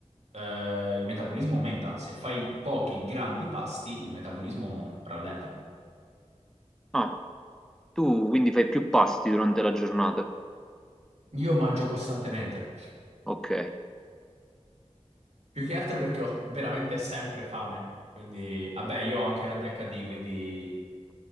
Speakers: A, on the right; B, in the centre.
A: eh, il metabolismo aumenta. Se fai pochi grandi pasti, il metabolismo rallenta.
B: Ah, tu quindi fai più pasti durante la giornata.
A: Io mangio costantemente.
B: Ok,
A: Più che altro perché ho veramente sempre fame, quindi vabbè, io ho anche la dhd quindi